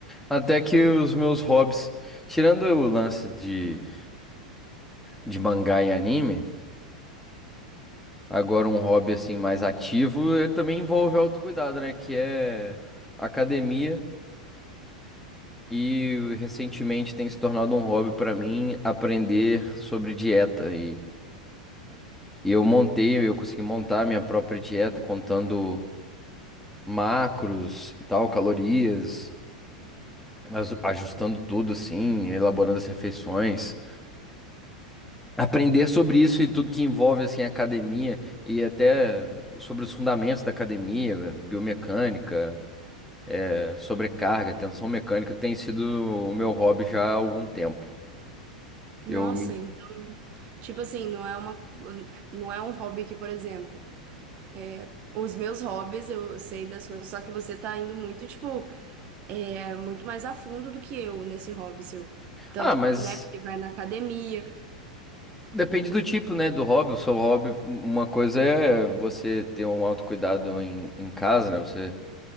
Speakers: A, in the centre; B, on the right (about 35°).
A: até que os meus hobbies. Tirando o lance de, de mangá e anime, agora um hobby assim mais ativo é, também envolve autocuidado, né? Que é academia. E recentemente tem se tornado um hobby pra mim aprender sobre dieta. E, e eu montei, eu consegui montar minha própria dieta contando macros e tal, calorias, as- ajustando tudo assim, elaborando as refeições. Aprender sobre isso e tudo que envolve assim a academia e até sobre os fundamentos da academia, biomecânica, eh, sobrecarga, tensão mecânica tem sido o meu hobby já há algum tempo.
B: Nossa,
A: Eu me...
B: então, tipo assim, não é uma, não é um hobby que, por exemplo, é, os meus hobbies, eu sei das coisas, só que você tá indo muito, tipo. é muito mais a fundo do que eu nesse hobby seu. Tanto,
A: Ah, mas
B: né, porque vai na academia.
A: depende do tipo, né, do hobby. O seu hobby, uma coisa é você ter um autocuidado em, em casa, né? você